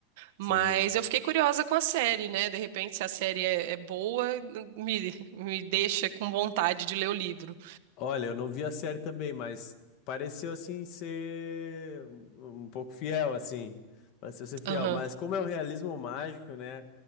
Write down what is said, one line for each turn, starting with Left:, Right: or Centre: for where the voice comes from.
Right: Mas
Left: sim.
Right: eu fiquei curiosa com a série, né? De repente, se a série é, é boa, me, me deixa com vontade de ler o livro.
Left: Olha, eu não vi a série também, mas pareceu assim ser um um pouco fiel, assim. Pareceu ser fiel.
Right: Aham,
Left: Mas como é o realismo mágico, né?